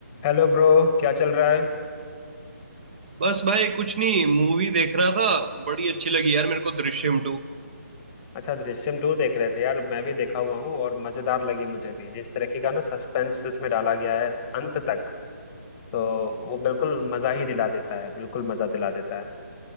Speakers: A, on the left; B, on the right.
A: Hello bro क्या चल रहा है
B: बस भाई कुछ नहीं मूवी देख रहा था बड़ी अच्छी लगी यार मेरे को दृश्यम टू
A: अच्छा दृश्यम टू देख रहे थे यार मैं भी देखा हुआ हूँ और मजेदार लगी मुझे भी जिस तरीके का ना सस्पेंस इसमें डाला गया है अंत तक तो वो बिल्कुल मजा ही दिला देता है बिल्कुल मजा दिला देता है